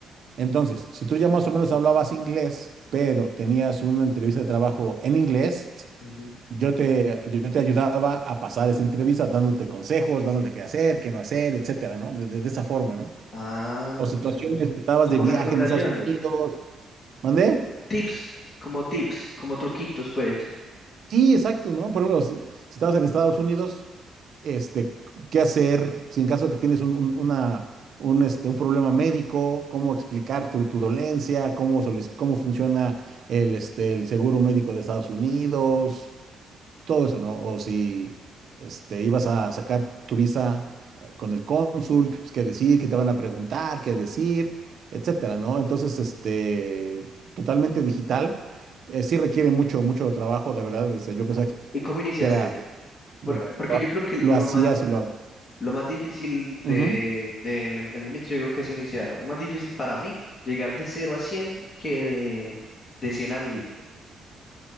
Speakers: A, on the right; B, on the left.
A: Entonces, si tú ya más o menos hablabas inglés, pero tenías una entrevista de trabajo en inglés,
B: ujú.
A: yo te, yo te ayudaba a pasar esa entrevista dándote consejos, dándote qué hacer, qué no hacer, etcétera, ¿no? De, de- de esa forma, ¿no?
B: Ah,
A: O situaciones
B: ya, ya.
A: que estabas
B: Como
A: de viaje
B: recomendaciones,
A: en Estados Unidos. ¿Mandé?
B: tips, como tips, como truquitos, pues.
A: Sí, exacto, ¿no? Por ejemplo, si, si estabas en Estados Unidos, este, qué hacer, si en caso de que tienes un, un- una, un, este, un problema médico, cómo explicar tu, tu dolencia, cómo, solici- cómo funciona el, este, el seguro médico de Estados Unidos, todo eso, ¿no? O si este, ibas a sacar tu visa eh, con el cónsul, pues, qué decir, qué te van a preguntar, qué decir, etcétera, ¿no? Entonces, este, totalmente digital, eh, sí requiere mucho, mucho trabajo, de verdad. o sea, yo pensaba que
B: ¿Y cómo iniciaste?
A: era... lo-
B: Porque, porque
A: lo-
B: yo creo que
A: lo
B: lo
A: hacías
B: más,
A: y lo,
B: lo más difícil
A: Ujú,
B: de, del emprendimiento, yo creo que es iniciar. Más difícil para mí llegar de cero a 100 que de, de 100 a 1000.